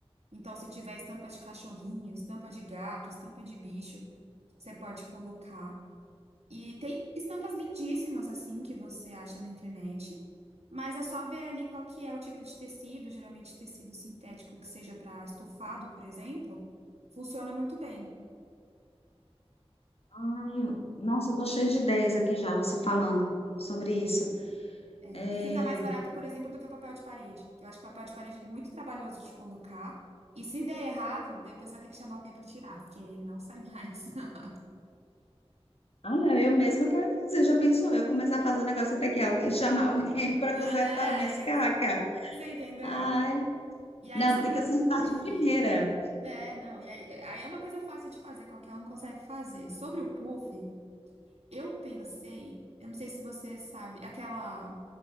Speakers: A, on the right (about 80°); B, on the left (about 65°).
A: Então, se tiver estampa de cachorrinho, estampa de gato, estampa de bicho, você pode colocar. E tem estampas lindíssimas, assim, que você acha na internet. Mas é só ver ali qual que é o tipo de tecido, geralmente tecido sintético que seja para estofado, por exemplo, funciona muito bem.
B: Ai, eu- nossa, eu tô cheia de ideias aqui já, você falando sobre isso.
A: É,
B: É,
A: e fica mais barato, por exemplo, do que o papel de parede, que eu acho que o papel de parede ele é muito trabalhoso de colocar. E se der errado, depois vai ter que chamar alguém para tirar, porque ele não sai mais. <laughs>
B: Ah, não, eu mesma quero fazer, já pensou? Eu começar a fazer um negócio até que alguém chamar alguém <laughs> para
A: É,
B: consertar minhas cacas.
A: você entendeu?
B: Ai,
A: E aí
B: não,
A: sobre
B: tem que
A: o
B: acertar
A: puff,
B: de primeira.
A: é, não, e aí, aí é uma coisa fácil de fazer, qualquer um consegue fazer. Sobre o puff, eu pensei, eu não sei se você sabe, aquela